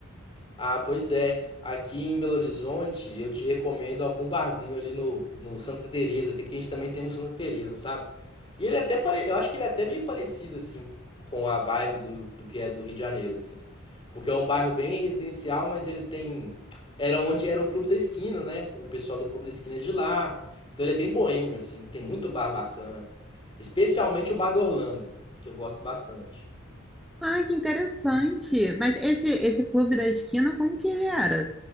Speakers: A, on the left; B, in the centre.
A: Ah, pois é. Aqui em Belo Horizonte, eu te recomendo algum barzinho ali no, no Santa Teresa, porque aqui a gente também tem um Santa Teresa, sabe? E ele é até pare... eu acho que ele é até meio parecido assim com a vibe do, do que é do Rio de Janeiro, assim. Porque é um bairro bem residencial, mas ele tem era onde era o Clube da Esquina, né? O pessoal do Clube da Esquina é de lá. Então ele é bem boêmio assim, tem muito bar bacana, especialmente o Bar do Orlando, que eu gosto bastante.
B: Ai, que interessante! Mas esse, esse clube da esquina, como que ele era?